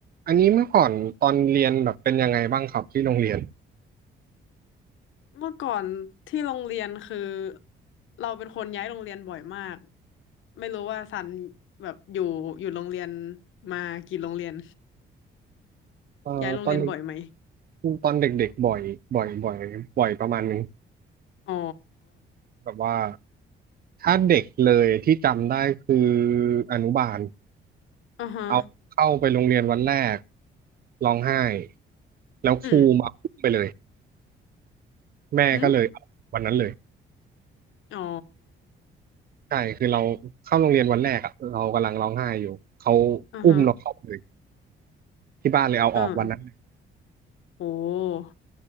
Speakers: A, on the right; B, on the left.
A: อันนี้เมื่อก่อนตอนเรียนแบบเป็นยังไงบ้างครับที่โรงเรียน
B: เมื่อก่อนที่โรงเรียนคือเราเป็นคนย้ายโรงเรียนบ่อยมากไม่รู้ว่าซันแบบอยู่อยู่โรงเรียนมากี่โรงเรียน
A: เอ่อตอน
B: ย้ายโรงเรียนบ่อยไหม
A: ตอนเด็กๆบ่อยบ่อยบ่อยบ่อยประมาณนึง
B: อ๋อ
A: แบบว่าถ้าเด็กเลยที่จำได้คืออนุบาล
B: อ่าฮะ
A: เอาเข้าไปโรงเรียนวันแรกร้องไห้แล้วครูมาอุ้มไปเลย
B: อืม
A: แม่ก็เลยเอาวันนั้นเลย
B: หึอ๋อ
A: ใช่คือเราเข้าโรงเรียนวันแรกอะเรากำลังร้องไห้อยู่เขา
B: อ่าฮะ
A: อุ้มเราเข้าไปเลยที่บ้านเลยเอาออกวันนั้นเลย
B: อ่าโอ้